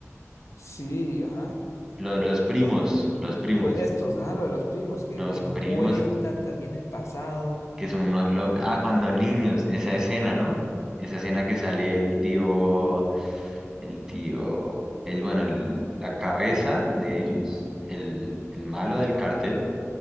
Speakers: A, on the left; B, in the centre.
A: Sí, ajá.
B: lo- los, primos, los primos,
A: Lo- Estos, ajá, lo de los primos, que,
B: los
A: que
B: primos
A: nos cuentan también el pasado.
B: que son unos locos. Ah, cuando niños, esa escena, ¿no? Esa escena que sale el tío, el tío, el, bueno, el- la cabeza de ellos, el, el malo del cartel,